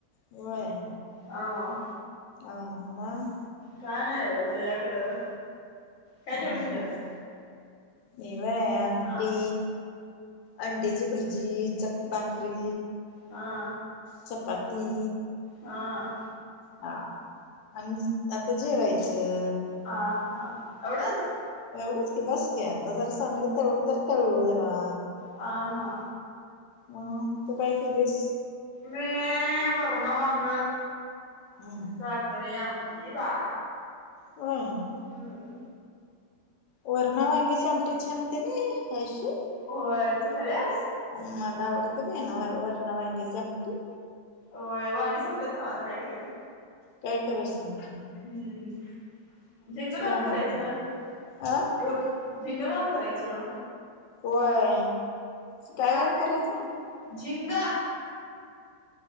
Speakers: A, on the left; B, on the left.
A: व्हय.
B: हो.
A: आ... मग
B: कान ए व तुझ्याकडं... काय
A: हम्म
B: जेवण केल्यास?
A: मी व्हय... आमटी
B: अ
A: अंडयाची भुर्जी... च... भाकरी
B: हा
A: चपती.
B: हा
A: हा आणि आता जेवायचं.
B: आ हा एवढंच.
A: एवढंच की बस क आता जर संड तळू तर तळू जरा.
B: आ हा
A: मग तू काय केलीस.
B: व वरणा वाग
A: हम
B: बाग नाही आंगती बा
A: ह
B: हम्म
A: वर्णव अे चमटेच छानतेने अयश्य
B: हो तू खाल्यास.
A: उ्वडत का ये ना व वरणा वांग्याची आमटी
B: हो वांगी संपल्यात ना आता काय करायचे.
A: काय करा सांगत.
B: हम्म झेंग कााल
A: आमटी
B: करायचं
A: अ
B: एवट झिंगगालण करायचं.
A: होय काय
B: खाते
A: गाण करायचं.
B: झिंग